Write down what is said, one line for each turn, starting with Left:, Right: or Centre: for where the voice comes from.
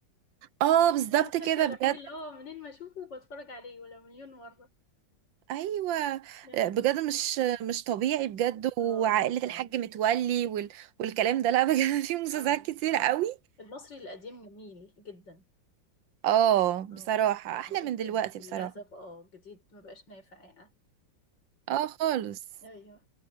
Right: اه بالظبط
Left: المسلسل
Right: كده
Left: الوحيد
Right: بجد
Left: اللي هو منين ما اشوفه بتفرج عليه ولا مليون مرة
Right: ايوه
Left: يعني
Right: بجد مش مش طبيعي بجد
Left: اه
Right: وعائله
Left: جميل
Right: الحاج
Left: أوي.
Right: متولي وال... والكلام ده لا بجد <laughs> في مسلسلات
Left: اه
Right: كتير
Left: اه
Right: قوي
Left: المصري القديم جميل جدا
Right: اه بصراحه
Left: اه
Right: احلى
Left: جديد
Right: من دلوقتي
Left: للأسف
Right: بصراحه
Left: اه جديد مبقاش نافع يعني
Right: اه خالص
Left: ايوه